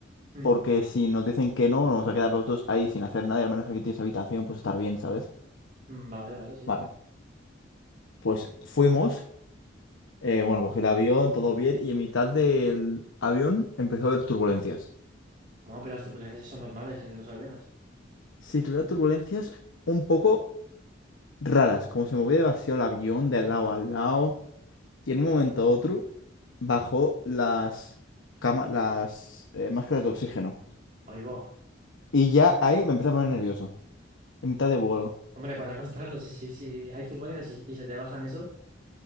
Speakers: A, on the right (about 45°); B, on the left (about 85°).
A: Mm,
B: porque si nos dicen que no, nos vamos a quedar los dos ahí sin hacer nada y al menos aquí tienes habitación, pues estar bien, ¿sabes?
A: mm, Vale, vale, sí.
B: Vale, pues fuimos. eh, bueno, cogí el avión, todo bien y en mitad del avión empezó a haber turbulencias.
A: Bueno, pero las turbulencias son normales en los aviones.
B: Sí, tuviera turbulencias un poco raras, como se movía demasiado el avión de lado a lado. Y en un momento a otro bajó las, cama- las eh, máscaras de oxígeno.
A: Ahí va.
B: Y ya ahí me empecé a poner nervioso, en mitad de vuelo.
A: Hombre, para no estarlo, si, si, si hay turbulencias y, y se te bajan eso,